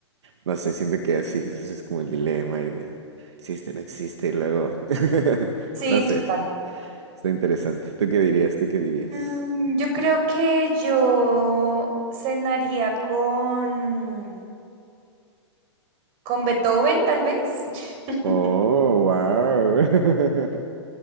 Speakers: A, on the right (about 70°); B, on the right (about 40°).
A: no sé, siento que así, eso sí es como el dilema y de existe, no existe, y luego, <laughs>
B: Sí,
A: no sé,
B: total.
A: está interesante. ¿Tú qué dirías? ¿Tú qué dirías?
B: Mm, Yo creo que yo cenaría con, con Beethoven, tal vez. <laughs>
A: Oh, wow. <laughs>